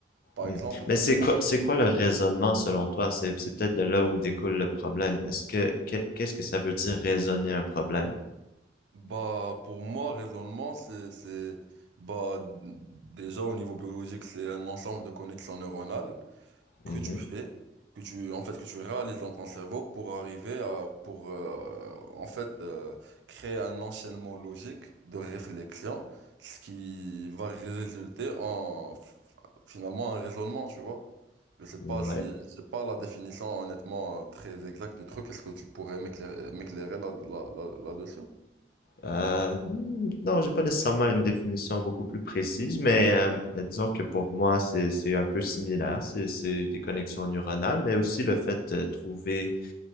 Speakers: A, on the right (about 75°); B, on the left (about 50°).
A: Par
B: Hmm.
A: exemple,
B: Mais c'est quoi, c'est quoi le raisonnement selon toi? C'est, c'est peut-être de là où découle le problème. Est-ce que, que- qu'est-ce que ça veut dire raisonner un problème?
A: bah, pour moi, raisonnement, c'est, c'est, bah, d- déjà au niveau biologique, c'est un ensemble de connexions neuronales. que
B: Mhm.
A: tu fais, que tu, en fait, que tu réalises dans ton cerveau pour arriver à, pour, euh, en fait, euh, créer un enchaînement logique de réflexion, ce qui va résulter en, finalement, un raisonnement, tu vois. Je sais pas
B: Ouais.
A: si, c'est pas la définition, honnêtement, euh, très exacte du truc. Est-ce que tu pourrais m'éclairer, m'éclairer là, là, là, là-dessus?
B: Euh, hmm, non, j'ai pas nécessairement une définition beaucoup plus précise, mais, euh, mais disons que pour moi, c'est, c'est un peu similaire. C'est, c'est des connexions neuronales, mais aussi le fait de trouver